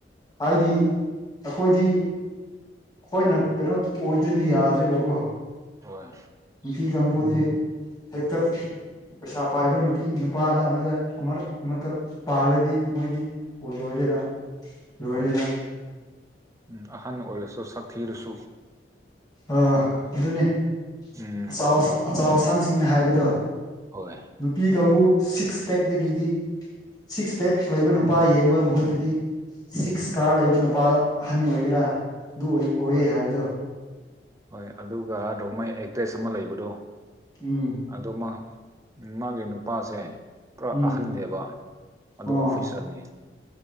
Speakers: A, on the left; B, on the right.
A: ꯍꯥꯏꯗꯤ
B: ꯍꯣꯏ
A: ꯑꯈꯣꯏꯗꯤ ꯑꯈꯣꯏꯅ ꯀꯩꯅꯣ ꯑꯣꯏꯗ꯭ꯔꯗꯤ ꯌꯥꯗ꯭ꯔꯦꯕꯀꯣ
B: ꯍꯣꯏ
A: ꯅꯨꯄꯤ ꯀꯥꯡꯕꯨꯗꯤ ꯍꯦꯛꯇ ꯄꯩꯁꯥ ꯄꯥꯏꯕ ꯅꯨꯄꯤ ꯅꯨꯄꯥꯗ ꯑꯃꯗ ꯑꯃꯔꯛ ꯑꯃꯠꯇ ꯄꯥꯜꯂꯗꯤ ꯃꯣꯏꯗꯤ ꯀꯣ ꯂꯣꯏꯔꯦꯗ ꯂꯣꯏꯔꯦꯅ
B: ꯍꯣꯏ ꯎꯝ ꯑꯍꯟ ꯑꯣꯏꯔꯁꯨ ꯁꯛ ꯊꯤꯔꯁꯨ
A: ꯑꯥ ꯑꯗꯨꯅꯦ
B: ꯎꯝ
A: ꯑꯆꯥꯎ ꯑꯁꯥꯡ ꯑꯆꯥꯎ ꯑꯁꯥꯡꯁꯤꯡꯅ ꯍꯥꯏꯕꯗꯣ
B: ꯍꯣꯏ
A: ꯅꯨꯄꯤ ꯀꯥꯡꯕꯨ ꯁꯤꯛꯁ ꯄꯦꯛꯗꯒꯤꯗꯤ ꯁꯤꯛꯁ ꯄꯦꯛ ꯂꯩꯕ ꯅꯨꯄꯥ ꯌꯦꯡꯕ ꯃꯍꯨꯠꯇꯗꯤ ꯁꯤꯛꯁ ꯀꯥꯔ ꯂꯩꯕ ꯅꯨꯄꯥꯗ ꯑꯍꯟ ꯑꯣꯏꯒꯦꯔꯥ ꯑꯗꯨ ꯑꯣꯏ ꯑꯣꯏꯌꯦ
B: ꯍꯣꯏ
A: ꯍꯥꯏꯕꯗꯣ
B: ꯍꯣꯏ ꯑꯗꯨꯒ ꯔꯣꯡꯃꯩ ꯑꯦꯛꯇ꯭ꯔꯦꯁ ꯑꯃ ꯂꯩꯕꯗꯣ
A: ꯎꯝ
B: ꯑꯗꯨ ꯃꯥ ꯃꯥꯒꯤ ꯅꯨꯄꯥꯁꯦ ꯄꯨꯔꯥ
A: ꯎꯝ
B: ꯑꯍꯟꯅꯦꯕ ꯑꯗꯨ
A: ꯑꯣ
B: ꯑꯣꯐꯤꯁꯥꯔꯅꯦ